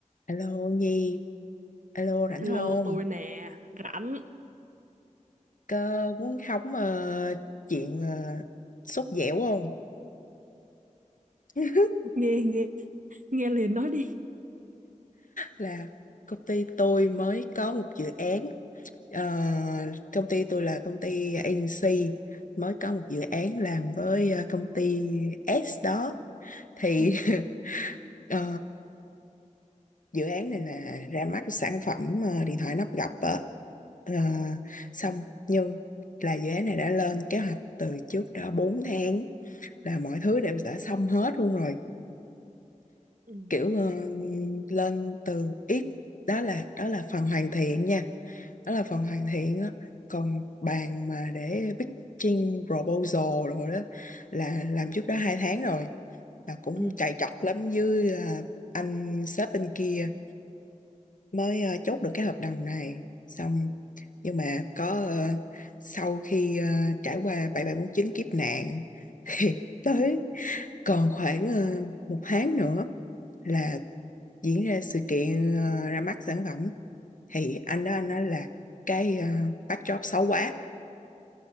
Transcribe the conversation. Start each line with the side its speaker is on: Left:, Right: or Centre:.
Left: Alo Nhi, alo rảnh
Right: Hello,
Left: không?
Right: tôi nè, rảnh,
Left: Cơ muốn hóng ờ, chuyện ờ, sốt dẻo không? <laughs>
Right: nghe nghe nghe liền nói đi.
Left: Là công ty tôi mới có một dự án, ờ, công ty tôi là công ty agency, mới có một dự án làm với ờ, công ty S đó. Thì
Right: Ừ, ừ,
Left: <laughs> ờ, dự án này là ra mắt sản phẩm ờ, điện thoại nắp gập á. Ờ, xong nhưng là dự án này đã lên kế hoạch từ trước đó 4 tháng là mọi thứ đều đã xong hết luôn rồi
Right: ừ,
Left: kiểu ờ, lên từ ít đó là đó là phần hoàn thiện nha đó là phần hoàn thiện á còn bàn mà để pitching proposal rồi đó là làm trước đó hai tháng rồi là cũng
Right: ừ.
Left: chạy chọt lắm với ờ, anh sếp bên kia mới ờ, chốt được cái hợp đồng này xong nhưng mà có ờ, sau khi ờ, trải qua bảy bảy bốn chín kiếp nạn <laughs> thì tới còn khoảng ờ, một tháng nữa là diễn ra sự kiện ờ, ra mắt sản phẩm thì anh đó anh nói là cái ờ, backdrop xấu quá